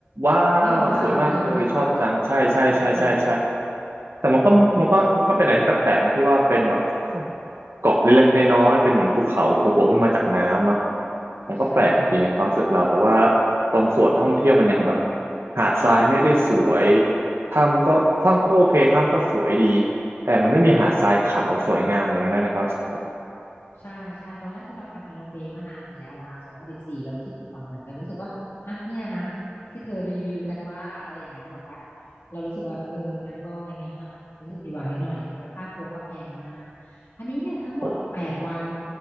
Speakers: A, on the right; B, on the left.
A: ว้าวสวยมากเลยชอบจังใช่ใช่ใช่ใช่ใช่
B: ไม่ว้าวอะเนอะมันไม่ว้าวอะเนอะอืม
A: แต่มันก็มันก็มันก็เป็นอะไรที่แปลกๆนะที่ว่าเป็นแบบเกาะเล็กๆน้อยๆเป็นเหมือนภูเขาโผล่ๆขึ้นมาจากน้ำเนาะมันก็แปลกดีในความรู้สึกเราแต่ว่า
B: ใช่ค่ะ
A: ตรงส่วนท่องเที่ยวมันยังแบบหาดทรายไม่ได้สวยถ้ำก็ถ้ำก็โอเคถ้ำก็สวยดีแต่มันไม่มีหาดทรายขาวสวยงามอะไรอย่างนั้นนะในความรู้สึกผ
B: ใช่ใช่ตอนแรกที่เราไปฮาลอมเบย์เมื่อนานมาแล้วนะคะสองพันสิบสี่เรารู้สึกผิดหวังเหมือนกันรู้สึกว่าฮะเนี่ยนะที่เธอรีวิวกันว่าอะไรอย่างเงี้ยนึกออกปะเรารู้สึกว่าเออมันก็งั้นงั้นอะรู้สึกผิดหวังนิดหน่อยแล้วค่าทัวร์ก็แพงมากอันนี้เนี่ยทั้งหมดแปดวัน
A: ม